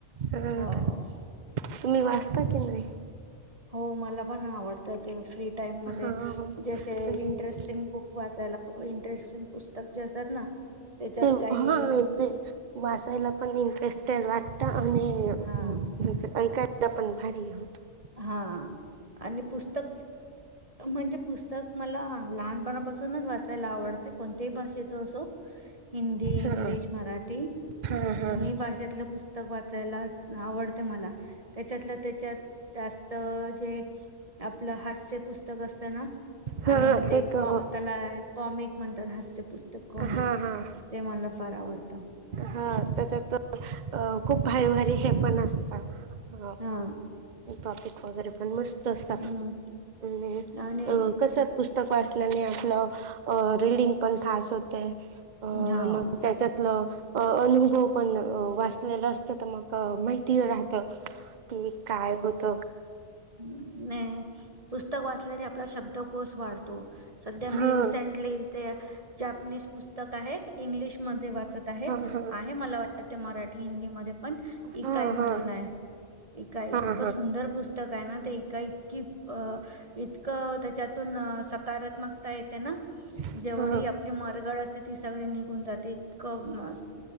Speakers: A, on the right (about 45°); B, on the right (about 30°).
A: तुम्ही
B: हो.
A: वाचता की नाही
B: हो मला पण आवडतात फ्री टाइम म्हाणजेे
A: हा म्हणजे
B: अशे इंटरेस्टिंग बुक वाचायला इंटरेस्टिंग पुस्तक जे असतात ना त्याच्यात
A: ते
B: काही
A: हा हा ते वाचायला पण इंटरेस्ट त्या वाटता आणि म्हण
B: हा
A: सकाळी ऐकायला पण भारी होतो
B: हा आणि पुस्तक म्हणजे पुस्त तर तूम्हाला लहानपणापासूनच वाचायला आवडते कोणत्याही भाषेच असो हिंदी इंग्लिश
A: हा
B: मराठी
A: हा हा
B: तिन्ही भाषेतल पुस्तक वाचायला आवड मला त्याच्यातल त्याच्यात जास्त जे आपल हास्य पुस्तक असत ना त्या
A: हा
B: आणि ते
A: तर
B: कॉ त्याला कॉमिक म्हणतात हास्य पुस्तक कॉमिक
A: हा हा
B: ते मला फार आवडत
A: हा त्याच्यात खूप भारीभारी हे पण असत अ अ
B: हा
A: टॉपिक वगैरे पण मस्त नसता
B: हम्म
A: आणि
B: आणि
A: अ कस पुस्तक वाचल्याने आपल अ रीडिंग पण खास होते अ
B: हा
A: मग त्याच्यातल अनुभव पण वाचलेल असत तर मग माहिती राहत की काय होत
B: हम्म् ने पुस्तक वाचल्याने आपला शब्दकोस वाढतो सध्या मी
A: हा
B: रिसेंटली ते जपनीज पुस्तक आहे इंग्लिश मध्ये वाचत आहे
A: हा हा.
B: आहे मला वाट ते मराठी हिंदी मध्ये पण
A: हा
B: इकाय म्हणून
A: हा
B: आहे इकाय
A: हा
B: इतकं सुंदर पुस्तक काय ना तेका इतकी अ इतकं त्याच्यातून सकारात्मकता येते ना
A: हा
B: जेवढी
A: हा.
B: आपली मरगळ असते ती सगळी निघून जाते इतकं